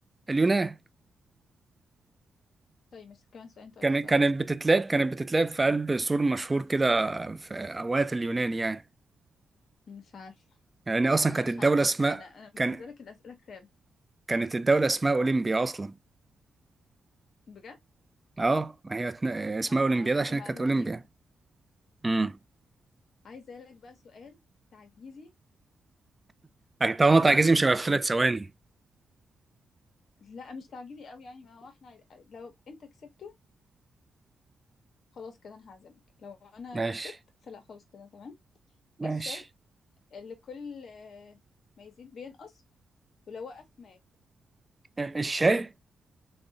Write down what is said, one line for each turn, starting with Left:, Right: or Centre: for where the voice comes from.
Right: اليونان
Left: طيب مش كمان سؤال أنت قلت
Right: كانت
Left: سؤالين
Right: كانت بتتلعب كانت بتتلعب في قلب سور مشهور كده في اوقات اليونان يعني
Left: مش عارفة
Right: لأن أصلا
Left: أنا
Right: كانت
Left: مش
Right: الدولة
Left: عارفة
Right: اسمها
Left: أنا أنا أنا مجهزة
Right: كان
Left: لك الأسئلة كتاب
Right: كانت الدولة اسمها أولمبيا أصلا
Left: بجد
Right: أه ما هي اتن- اسمها
Left: لا
Right: أولمبياد
Left: ما أعرفش
Right: عشان
Left: المعلومة
Right: كانت أولمبيا
Left: دي
Right: امم
Left: عايزة لك بقى سؤال تعجيزي
Right: طالما
Left: ده
Right: تعجزي
Left: ال-
Right: مش هيبقى في ثلاث ثواني
Left: لا مش تعجيزي قوي يعني ما هو احنا عايز- لو أنت كسبته خلاص كده أنا هعزمك لو أنا
Right: ماشي
Left: كسبت فلا خلاص كده تمام
Right: ماشي
Left: إيه الشيء اللي كل آه، ما يزيد بينقص ولو وقف مات
Right: الشيء